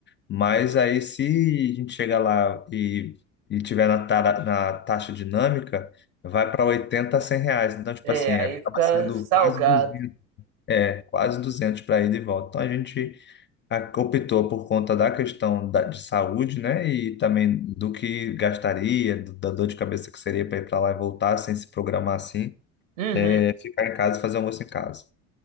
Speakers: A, on the left; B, on the right.
A: Mas aí, se a gente chegar lá e, e tiver na, tara- na taxa dinâmica, vai para 80, 100 reais. Então, tipo
B: É,
A: assim, é,
B: aí
A: acaba
B: fica
A: sendo
B: salgado.
A: quase 200 é, quase 200 para ir de volta. Então a gente a- optou por conta da questão da, de saúde, né? E também do que gastaria, do- da dor de cabeça que seria para ir para lá e voltar sem se programar assim,
B: Uhum.
A: é, ficar em casa e fazer almoço em casa.